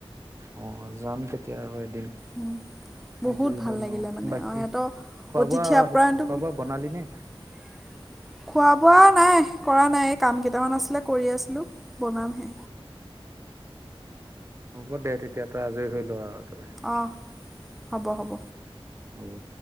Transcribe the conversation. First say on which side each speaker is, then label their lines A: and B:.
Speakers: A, on the right; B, in the centre.
A: অ যাম তেতিয়া আৰু এদিন
B: উম বহুত
A: আজৰি
B: ভাল
A: হৈ
B: লাগিলে
A: লওঁ
B: মানে
A: বাকী
B: অ সিহঁতৰ
A: খোৱা
B: অতিথি
A: বোৱা
B: আপ্যায়ন বহুত
A: খোৱা বোৱা বনালি নে
B: খোৱা বোৱা নাই কৰা নাই এই কাম কেই তেওঁ অনা আছিলে কৰি আছিলোঁ বনামহে
A: হ'ব দে তেতিয়া তই আজৰি হৈ ল আৰু বা বাই
B: অঁ হ'ব হ'ব
A: হ'ব